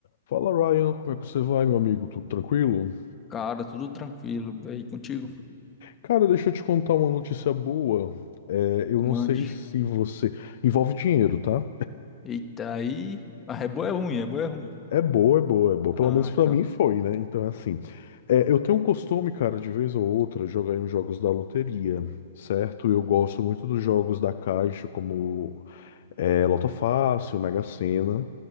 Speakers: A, on the left; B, on the left.
A: Fala Ryan, como é que você vai, meu amigo? Tudo tranquilo?
B: Cara, tudo tranquilo. E aí, contigo?
A: Cara, deixa eu te contar uma notícia boa. É, eu não
B: Mande.
A: sei se você. Envolve dinheiro, tá?
B: Eita, aí. Ah, é boa é ruim, é boa é ruim.
A: É boa, é boa, é boa.
B: Ah,
A: Pelo menos pra
B: então.
A: mim foi, né? Então, é assim. é, eu tenho um costume, cara, de vez ou outra, jogar em jogos da loteria, certo? Eu gosto muito dos jogos da Caixa, como é, Loto Fácil, Mega Sena.